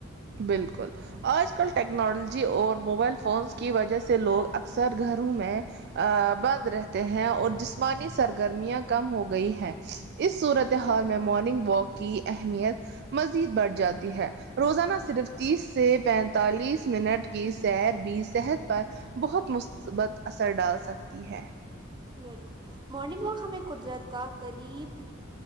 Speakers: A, on the right; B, on the right.
A: بالکل آج کل ٹیکنالوجی اور موبائل فونس کی وجہ سے لوگ اکثر گھروں میں ا بند رہتے ہیں اور جسمانی سرگرمیاں کم ہو گئی ہیں اس صورت ے حال مارننگ واک کی اہمیت مزید بڑھ جاتی ہے روزانہ صرف تیس سے پینتالیس منٹ کی سیر بھی صحت پر بہت مثبت اثر ڈال سکتی ہے
B: بالکل مارننگ واک ہمیں قدرت کا قریب